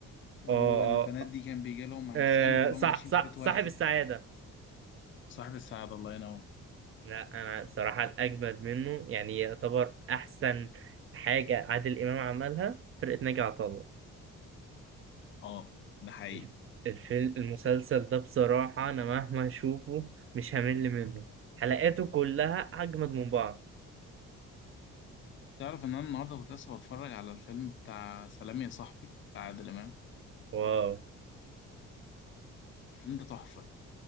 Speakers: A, on the left; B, on the right.
A: والبنات
B: اه اه
A: دي كان بيجي لهم عرسان
B: آه،
A: وكلهم
B: صح
A: عايشين
B: صح
A: في بيت
B: صاحب
A: واحد
B: السعادة
A: صاحب السعادة الله ينور
B: لا انا بصراحه الاجمد منه يعني يعتبر احسن حاجه عادل امام عملها فرقه ناجي عطا الله
A: اه ده حقيقي
B: الف- الفيلم المسلسل ده بصراحه انا مهما اشوفه مش همل منه حلقاته كلها اجمد من بعض
A: تعرف ان انا النهارده كنت لسه بتفرج على الفيلم بتاع سلام يا صاحبي بتاع عادل امام
B: واو
A: الفيلم ده تحفه